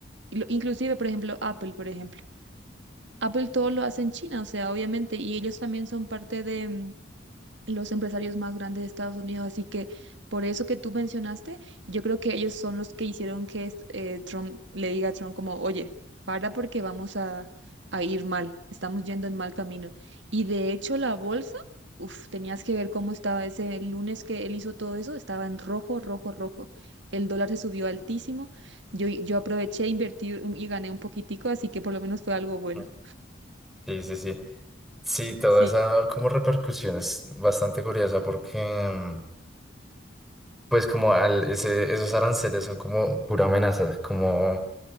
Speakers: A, on the right; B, in the centre.
A: y lo- inclusive, por ejemplo, Apple, por ejemplo. Apple todo lo hace en China, o sea, obviamente, y ellos también son parte de mm, los empresarios más grandes de Estados Unidos, así que por eso que tú mencionaste, yo creo que ellos son los que hicieron que es- eh, Trump le diga a Trump como, oye, para porque vamos a, a ir mal, estamos yendo en mal camino. Y de hecho la bolsa, uff, tenías que ver cómo estaba ese lunes que él hizo todo eso, estaba en rojo, rojo, rojo. El dólar se subió altísimo, yo, yo aproveché, invertí un- y gané un poquitico, así que por lo menos fue algo bueno.
B: no. Sí, sí, sí. Sí, toda
A: Sí.
B: esa como repercusión es bastante curiosa porque mm, pues como al, ese, esos aranceles son como pura amenaza, como